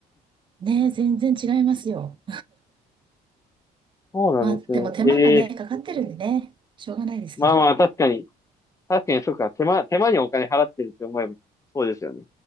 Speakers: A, on the right; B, on the left.
A: ねえ、全然違いますよ。
B: そうなんですね。
A: まあ、でも手間がね、
B: ええ
A: かかってるんでね、しょうがないですけど。
B: まあまあ、確かに。確かに、そうか。手間、手間にお金払ってるって思えば、そうですよね。